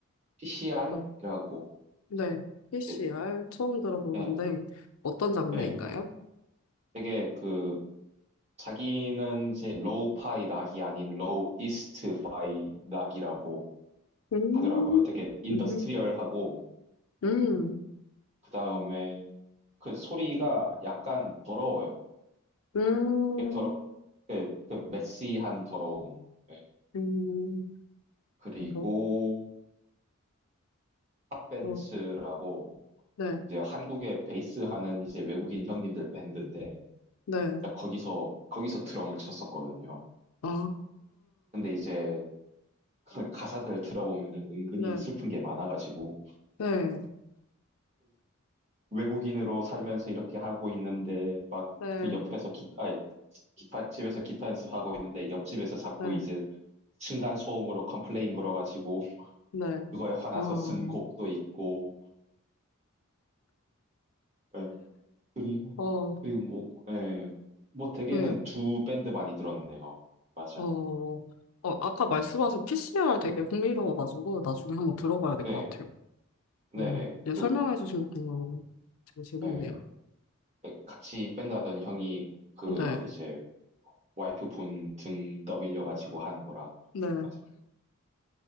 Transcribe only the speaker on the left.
어, 네. PCR
처음 들어보는데,
어떤 장르인가요?
음,
음, 음,
음,
음,
어,
어, 네,
네.
아,
네,
네,
네,
네,
네.
어,
어,
네,
어, 어, 아까 말씀하신 PCR 되게 흥미로워가지고 나중에 한번 들어봐야 될
것 같아요.
어, 이제
설명해주신 것도 너무 되게 재밌네요.
네,
네,